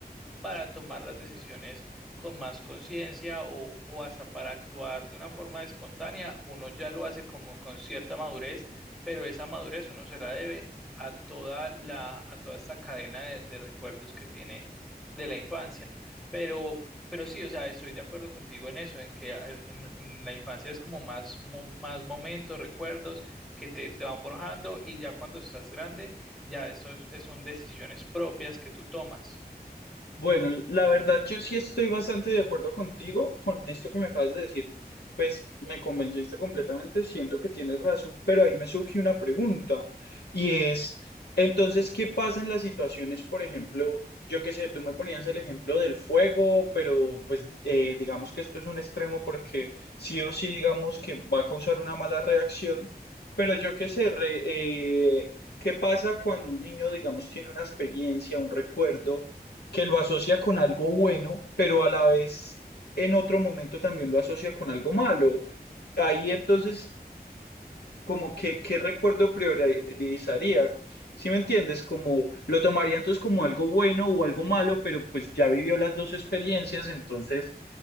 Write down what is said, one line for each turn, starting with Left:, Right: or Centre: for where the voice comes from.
Centre: para tomar las decisiones con más conciencia o, o hasta para actuar de una forma espontánea, uno ya lo hace como con cierta madurez, pero esa madurez uno se la debe a toda la, a toda esta cadena de, de recuerdos que tiene de la infancia. Pero, pero sí, o sea, estoy de acuerdo contigo en eso, en que en, en- en la infancia es como más, mo- más momentos, recuerdos que te, te van forjando y ya cuando estás grande, ya eso es- son decisiones propias que tú tomas.
Left: Bueno, la verdad yo sí estoy bastante de acuerdo contigo con esto que me acabas de decir. Pues me convenciste completamente, siento que tienes razón, pero ahí me surge una pregunta y es, entonces, ¿qué pasa en las situaciones, por ejemplo, yo qué sé, tú me ponías el ejemplo del fuego, pero pues eh, digamos que esto es un extremo porque sí o sí digamos que va a causar una mala reacción, pero yo qué sé, re- eh, ¿qué pasa cuando un niño, digamos, tiene una experiencia, un recuerdo? que lo asocia con algo bueno, pero a la vez en otro momento también lo asocia con algo malo. Ahí entonces, como que, ¿qué recuerdo priorizaría? Si me entiendes? Como lo tomaría entonces como algo bueno o algo malo, pero pues ya vivió las dos experiencias, entonces,